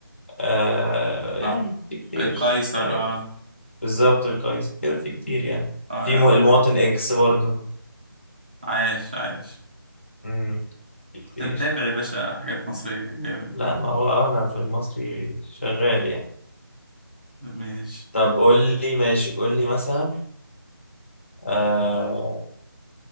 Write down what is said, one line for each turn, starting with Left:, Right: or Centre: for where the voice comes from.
Left: آه يعني
Right: اه
Left: في كتير
Right: القيصر
Left: ايوه
Right: اه
Left: بالظبط القيس كده في كتير يعني
Right: اه
Left: في
Right: لا
Left: م- المواطن
Right: لا
Left: اكس برضو
Right: عايش عايش
Left: مم، في كتير
Right: انت متابع يا باشا حاجات مصريه جامد
Left: لا ما هو انا في المصري شغال يعني
Right: ماشي
Left: طب قول لي ماشي قول لي مثلا آه